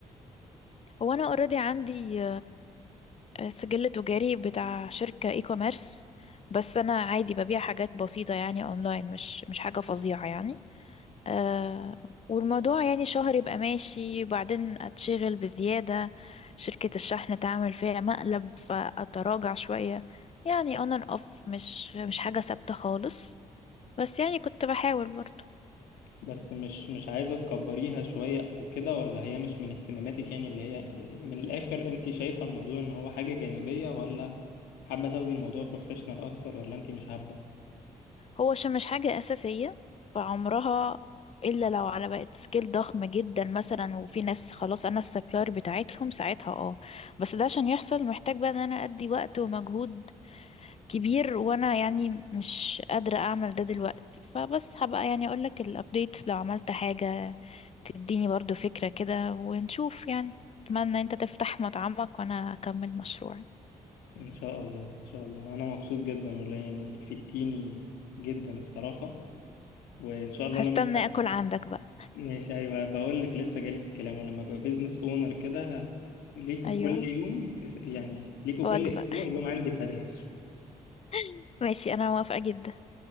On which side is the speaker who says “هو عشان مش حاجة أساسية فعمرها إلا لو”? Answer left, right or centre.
Left